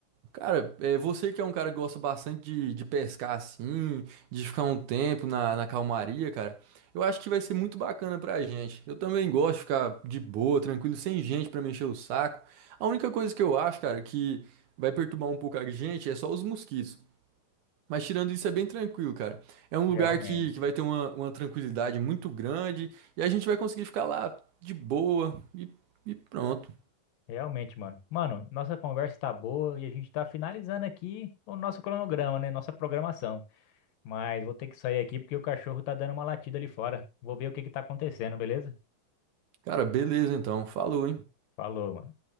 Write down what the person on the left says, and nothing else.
Realmente.
Realmente, mano. Mano, nossa conversa tá boa e a gente tá finalizando aqui o nosso cronograma, né? Nossa programação. Mas vou ter que sair aqui porque o cachorro tá dando uma latida ali fora. Vou ver o que que tá acontecendo, beleza?
Falou, mano.